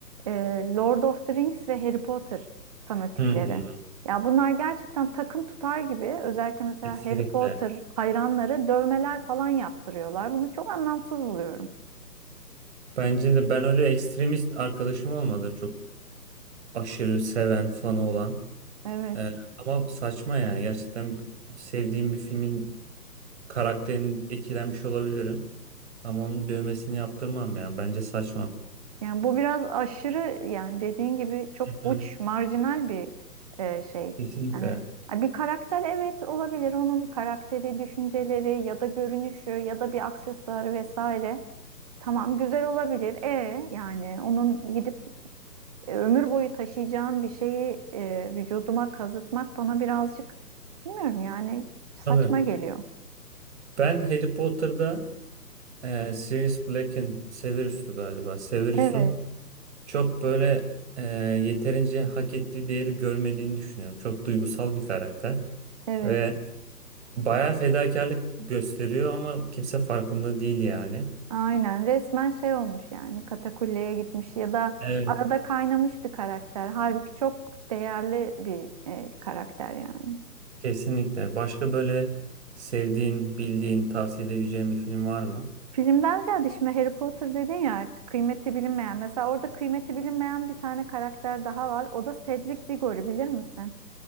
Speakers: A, on the right; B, on the right.
A: E, Lord of the Rings ve Harry Potter fanatikleri.
B: Hmm.
A: Ya bunlar gerçekten takım tutar gibi özellikle mesela
B: Kesinlikle.
A: Harry Potter hayranları dövmeler falan yaptırıyorlar. Bunu çok anlamsız buluyorum.
B: Bence de ben öyle ekstremist arkadaşım olmadı. Çok aşırı seven, fanı olan.
A: Evet.
B: Ee, ama saçma yani. Gerçekten sevdiğim bir filmin karakterini etkilenmiş olabilirim. Ama onun dövmesini yaptırmam yani. Bence saçma.
A: Yani bu biraz aşırı yani dediğin gibi çok
B: Hı.
A: uç,
B: hı.
A: marjinal bir e, şey.
B: Kesinlikle.
A: Yani ha, bir karakter evet olabilir. Onun karakteri, düşünceleri ya da görünüşü ya da bir aksesuarı vesaire. Tamam güzel olabilir. E yani onun gidip e, ömür boyu taşıyacağım bir şeyi e, vücuduma kazıtmak bana birazcık bilmiyorum yani saçma
B: Tabii.
A: geliyor.
B: Ben Harry Potter'da e, Sirius Black'in Severus'tu galiba. Severus'un
A: Evet,
B: çok böyle e, yeterince hak ettiği değeri görmediğini düşünüyorum. Çok duygusal bir karakter.
A: evet.
B: Ve Bayağı fedakarlık gösteriyor ama kimse farkında değil yani.
A: Aynen resmen şey olmuş yani katakulleye gitmiş ya da
B: Evet.
A: arada kaynamış bir karakter. Halbuki çok değerli bir e, karakter yani.
B: Kesinlikle. Başka böyle sevdiğin, bildiğin, tavsiye edebileceğin bir film var mı?
A: Filmden ziyade şimdi Harry Potter dedin ya kıymeti bilinmeyen. Mesela orada kıymeti bilinmeyen bir tane karakter daha var. O da Cedric Diggory bilir misin?